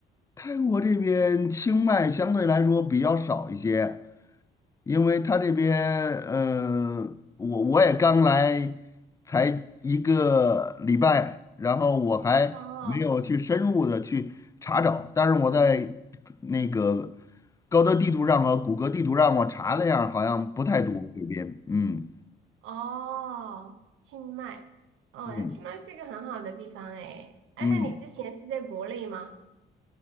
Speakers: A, on the left (about 15°); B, on the right (about 85°).
A: 泰国这边清迈相对来说比较少一些，因为他这边，呃，我我也刚来，才一个礼拜，然后我还没有去深入的去查找，
B: 哦，
A: 但是我在那个高德地图上和谷歌地图上我查了一下，好像不太多这边，嗯
B: 哦，清迈，哦，
A: 嗯
B: 清迈是一个很好的地方诶。哎，
A: 嗯，
B: 那你之前是在国内吗？